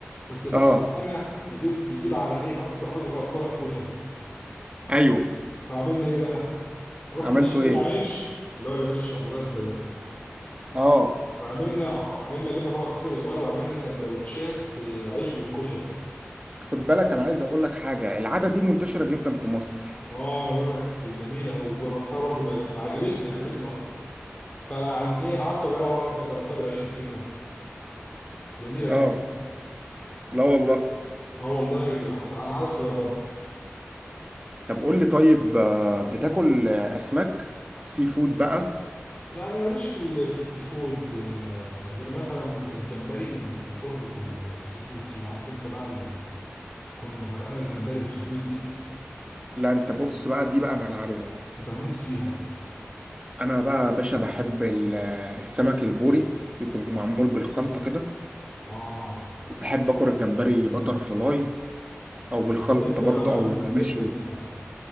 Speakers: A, on the left (about 35°); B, on the right (about 25°).
A: بس الفلوس
B: اه
A: اللي معانا يا دوب تجيب على ايه قد اصغر طبق كشري
B: ايوه
A: فعملنا ايه بقى رحنا
B: عملته
A: اشترينا
B: ايه
A: عيش اللي هو العيش ابو رده ده
B: اه
A: وعملنا عملنا جبنا طبق كشري صغير وعملنا سندوتشات آه، عيش بالكشري
B: خد بالك انا عايز اقول لك حاجه العاده دي منتشره جدا في مصر
A: اه انا بقول لك جميله قوي وجربتها برضو ب- لما عجبتني عجبتني اصلا فانا عن ايه قعدت اجربها بقى مثلا جربتها بالعيش الفينو جميله جدا
B: اه لا والله
A: اه والله حت... انا عايزك تجربها
B: طب قول لي طيب آه، بتاكل آه، اسماك سي فود بقى
A: يعني ماليش في ال... في السي فود آه، غير مثلا الجمبري وشوربه ال- السي فود كده عارف انت بقى اللي كن غرقانه الجمبري والصبيط دي
B: لا انت بص بقى دي بقى ملعبي بقى
A: بموت فيها دي
B: انا بقى يا باشا بحب ال- آه، السمك البوري يكون معمول بالخلطه كده
A: اه
B: بحب اكل الجمبري بتر فلاي او بالخلطه
A: زبده
B: برضه
A: بقى انا بحب
B: او
A: بالزبده
B: مشوي
A: كده